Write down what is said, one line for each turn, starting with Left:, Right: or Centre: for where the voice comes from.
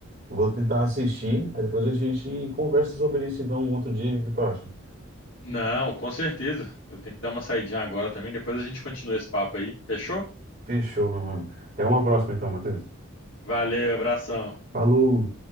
Right: vou tentar assistir. Aí depois a gente conversa sobre isso então um outro dia. O que tu acha?
Left: Não, com certeza. Eu tenho que dar uma saidinha agora também, depois a gente continua esse papo aí. Fechou?
Right: Fechou, meu mano. Até uma próxima então, Matheus.
Left: Valeu, abração.
Right: Falou.